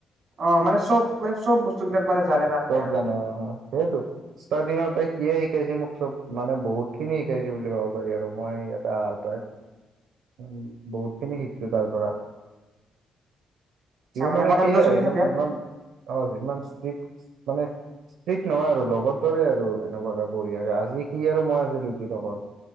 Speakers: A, on the right; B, on the right.
A: অ মানে চব মানে চব বস্তু বিলাক মানে জানে তাহাঁতে
B: তব
A: আৰু
B: জানে অ সেইয়েতটো ষ্টাৰ্টিঙৰ সিয়ে শিকাইছে মোক চব মানে বহুত খিনি শিকাইছে বুলি ক'ব পাৰি আৰু মই ইটা হাৰ পায় উ বহুত খিনি শিকছো তাৰ পৰা সও
A: চা
B: মানে
A: কথা
B: সেইয়াই
A: চথা চলি
B: এনে
A: থাকে
B: ইমান অ ইমান ষ্ট্ৰ মানে ষ্ট্ৰিক্ট নহয় আৰু লগৰ দৰে আৰু এনেকুৱাকে বঢ়িয়াকে আজি সি আৰু মই আজ ডিউটিত অকল